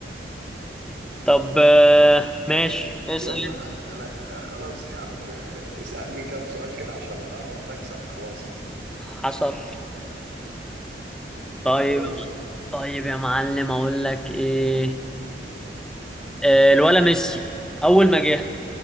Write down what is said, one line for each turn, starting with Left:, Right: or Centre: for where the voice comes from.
Centre: طب آه، ماشي اسأل
Right: يلا
Centre: انت
Right: انا خلاص يا عم اسألني كام سؤال كده عشان قربت اكسب خلاص
Centre: حصل طيب
Right: ماشي
Centre: طيب يا معلم اقول لك ايه آه، الولا ميسي اول ما جه